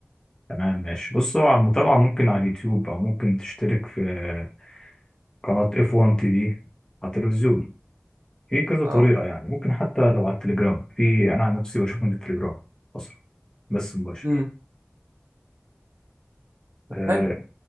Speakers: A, on the left; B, on the right.
A: تمام ماشي بص هو على المتابعة ممكن على اليوتيوب او ممكن تشترك في آه، قناة اف 1 تي في على التلفزيون في كذا طريقة
B: اه
A: يعني ممكن حتى لو على التليجرام في انا عن نفسي بشوف من التليجرام اصلا بس مباشر
B: امم طب
A: آه،
B: حلو